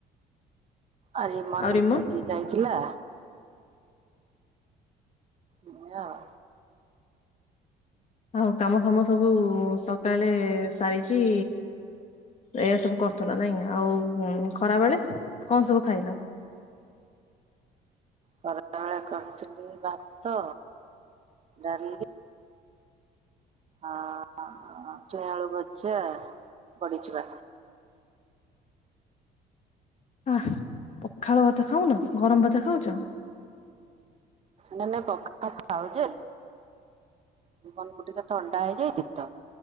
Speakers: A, on the right; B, on the left.
A: ଆରେ ମନ
B: ଆଉ ରିମନ
A: ମ୍ୟାଗି ଖାଇଥିଲା। ହଆ <unintelligible>
B: ଆଉ କାମ ଫାମ ସବୁ ସକାଳେ ସାରିକି ଏଆ ସବୁ କରୁଥିଲ ନାଇଁକି ଆଉ ଖରା ବେଳେ କଣ ସବୁ ଖାଇଲ?
A: ଖରାବେଳେ କରିଥିଲି ଭାତ ଡାଲି ଆଁ ଛୁଇଁ ଆଳୁ ଭଯା ବଡି ଚୁରା।
B: ଆହା ପଖାଳ ଭାତ ଖାଉନ ଗରମ ଭାତ ଖାଉଚ?
A: ନା ନା ପଖାଳ ଖାଉଜେ ଜିବନ୍ କୁ ଟିକେ ଥଣ୍ଡା ହେଇଯାଇଚି ତ